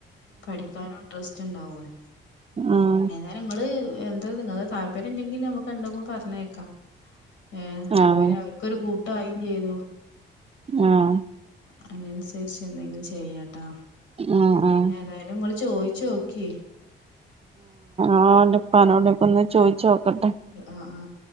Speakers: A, on the left; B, on the right.
A: പഠിക്കാനും ഇൻട്രസ്റ്റ് ഉണ്ടാവ <unintelligible>
B: ആഹ
A: ഏതാ നിങ്ങള് എന്താ നിങ്ങ താല്പര്യം ഉണ്ടെങ്കിലിൽ നമുക്ക് എണ്ടെങ്കിലും പറഞ്ഞേക്കാം ഏ
B: ആഹ്
A: അ പിന്നെ അവർക്കൊരു കൂട്ടായയും ചെയ്തു
B: ആഹ
A: അതിനനുസരിച്ച് എന്തെങ്കിലും ചെയ്യട്ടോ
B: ഉം ഉം
A: ഏതായാലും നിങ്ങള്ൾ ചോയിിച്ചു നോക്കി
B: ആഹപ്പനോടൊക്ക ഒന്ന് ചോയിിച്ച നോക്കട്ടെ
A: ആ ആ